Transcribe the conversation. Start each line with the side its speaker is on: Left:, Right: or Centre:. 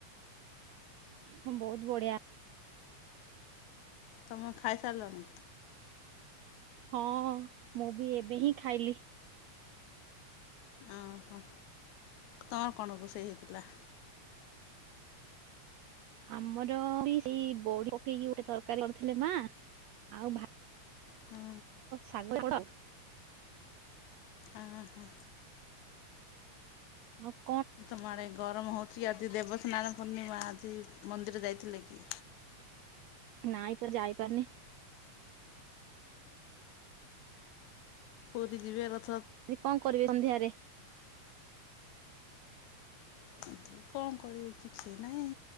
Right: ହ ବହୁତ ବଢିଆ।
Left: ତମେ ଖାଇ ସାରିଲଣିି?
Right: ହଁ ମୁଁ ବି ଏବେ ହିଁ ଖାଇଲି।
Left: ଅଁ ହଁ ତମର କଣ ରୋଷେଇ ହେଇଥିଲା?
Right: ଆମର ବି ସେଇ ବଡି ପକେଇକି ଗୋଟେ ତରକାରୀ କରିଥିଲେ ମା। ଆଉ ଭା
Left: ହୁଁ।
Right: <unintelligible>
Left: ଓହୋ
Right: ହ।
Left: ତୁମ ଆଡେ ଗରମ ହଉଛିି ଆଜି ଦେବସ୍ନାନ ପୂର୍ଣିମା ଆଜି। ମନ୍ଦିର ଯାଇଥିଲେ କି?
Right: ନାଇ ପର ଯାଇପାରୁନି।
Left: କୋଦି ଯିବେ ର?
Right: ଆଜି କଣ କରିବେ ସଂନ୍ଧ୍ୟାରେ?
Left: ଏମିତି କଣ କରିବି କିଛି ନାଇଁ,